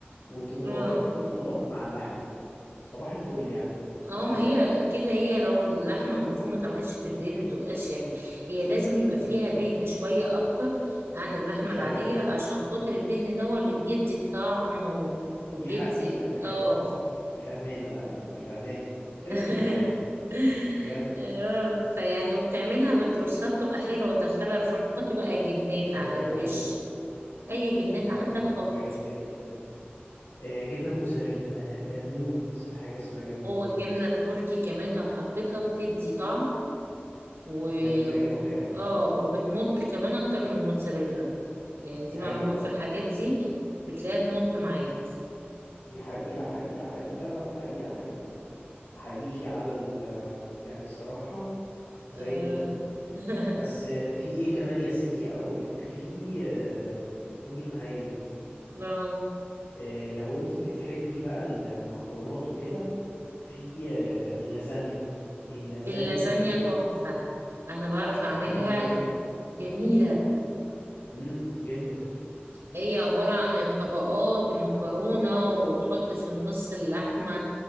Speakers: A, on the left (about 85°); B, on the right (about 85°).
A: وتضربيها
B: اه
A: في الخلاط مع اللحمه صباح الفل يعني
B: اه
A: فاهمه
B: ما هي كده هي لو اللحمة المفرومة ما اتعملتش بالدهن متبقاش يعني هي لازم يبقى فيها
A: امم
B: دهن شوية أكتر عن اللحمة العادية
A: ايوه
B: عشان خاطر الدهن ده هو اللي بيدي الطعم و- وبيدي
A: دي حقيقه دي حقيقه
B: اه
A: انت فاهمانه لا لا انت فاهمانه كده
B: <laughs>
A: انت فاهمانه بجد
B: اه فيعني وبتعملها بترصها بتبقى حلوة وتدخلها الفرن حط بقى جبنات
A: اه
B: على
A: دي
B: الوش
A: حقيقه
B: أي جبنات
A: دي حقيقه
B: عندك حط
A: بتبقى جميله جدا آه، جبنه موتزاريلا انا بموت في حاجه اسمها جبنه
B: جوه
A: موتزاريلا
B: الجبنة التركي كمان لو حطيتها بتدي طعم و
A: جامده جامده جامده
B: اه وبتمط كمان اكتر من الموتزاريلا يعني
A: دي
B: دي
A: حقيقه
B: معلومة في الحاجات دي بتلاقيها تمط معاك
A: دي حقيقة حقيقة حقيقة حقيقة حقيقة أحييكي على ال آه، يعني الصراحة زي
B: آه.
A: الفل
B: <laughs>
A: بس في إيه كمان يا ستي أقولك في آه، قولي معايا
B: آه.
A: آه، لو أنتي بتحبي بقى المكرونات وكده في آه، اللازانيا اللازانيا
B: اللازانيا
A: دي
B: تحفة انا بعرف
A: بتبقى
B: اعملها
A: جامدة جدا
B: جميلة
A: امم جدا
B: هي عبارة عن طبقات المكرونة وتحط في النص اللحمة